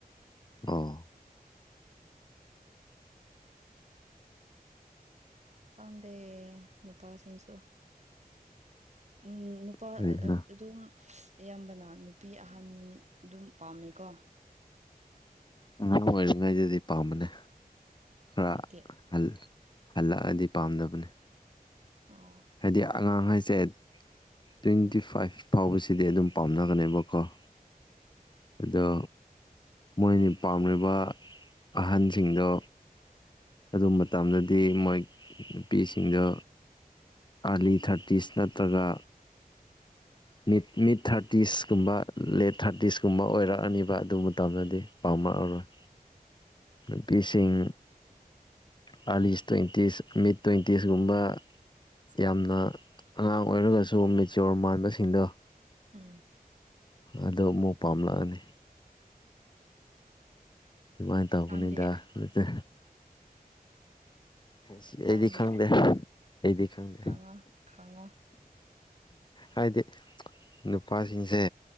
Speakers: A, on the left; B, on the right.
A: ꯑꯥ
B: ꯀꯗ ꯅꯨꯄꯥꯁꯤꯡꯁꯨꯣ ꯎꯝ ꯅꯨꯄꯥ
A: ꯀꯔꯤꯅ
B: ꯑꯗꯨꯝ ꯑꯌꯥꯝꯕꯅ ꯅꯨꯄꯤ ꯑꯍꯟ ꯑꯗꯨꯝ ꯄꯥꯝꯃꯦꯀꯣ
A: ꯑꯥꯡ ꯑꯣꯏꯔꯤꯉꯩꯗꯗꯤ ꯄꯥꯝꯕꯅꯦ ꯈꯔ
B: ꯍꯧꯖꯤꯛꯇꯤ
A: ꯍꯂ ꯍꯜꯂꯛꯑꯗꯤ ꯄꯥꯝꯗꯕꯅꯤ
B: ꯑꯣ
A: ꯍꯥꯏꯗꯤ ꯑꯉꯥꯡ ꯍꯥꯏꯁꯦ ꯇ꯭ꯋꯦꯟꯇꯤ
B: ꯎꯝ
A: ꯐꯥꯏꯚ ꯐꯥꯎꯕꯁꯤꯗꯤ ꯑꯗꯨꯝ ꯄꯥꯝꯅꯒꯅꯦꯕꯀꯣ ꯑꯗꯣ ꯃꯣꯏꯅꯤ ꯄꯥꯝꯂꯤꯕ ꯑꯍꯟꯁꯤꯡꯗꯣ ꯑꯗꯨ ꯃꯇꯝꯗꯗꯤ ꯃꯣꯏ ꯅꯨꯄꯤꯁꯤꯡꯗꯣ ꯑꯥꯔꯂꯤ ꯊꯥꯔꯇꯤꯁ ꯅꯠꯇ꯭ꯔꯒ ꯃꯤꯠ ꯃꯤꯠ ꯊꯥꯔꯇꯤꯁꯀꯨꯝꯕ ꯂꯦꯠ ꯊꯥꯔꯇꯤꯁꯀꯨꯝꯕ ꯑꯣꯏꯔꯛꯑꯅꯤꯕ ꯑꯗꯨ ꯃꯇꯝꯗꯗꯤ ꯄꯥꯎꯃ ꯑꯣꯏꯔꯣꯏ ꯅꯨꯄꯤꯁꯤꯡ ꯑꯥꯔꯂꯤꯁ ꯇ꯭ꯋꯦꯟꯇꯤꯁ ꯃꯤꯠ ꯇ꯭ꯋꯦꯟꯇꯤꯁꯀꯨꯝꯕ ꯌꯥꯝꯅ ꯑꯉꯥꯡ ꯑꯣꯏꯔꯒꯁꯨ ꯃꯦꯆꯌꯣꯔ ꯃꯥꯟꯕꯁꯤꯡꯗꯣ
B: ꯎꯝ
A: ꯑꯗꯨ ꯑꯃꯨꯛ ꯄꯥꯝꯂꯛꯑꯅꯤ ꯁꯨꯃꯥꯏꯅ ꯇꯧꯕꯅꯤꯗ
B: ꯅꯪꯗꯤ
A: ꯑꯗꯨꯁ ꯁꯤ ꯑꯩꯗꯤ
B: ꯅꯪꯗꯤ
A: ꯈꯪꯗꯦ ꯑꯩꯗꯤ ꯈꯪꯗꯦ
B: ꯈꯪꯉꯣ ꯈꯪꯉꯣ
A: ꯍꯥꯏꯗꯤ ꯅꯨꯄꯥꯁꯤꯡꯁꯦ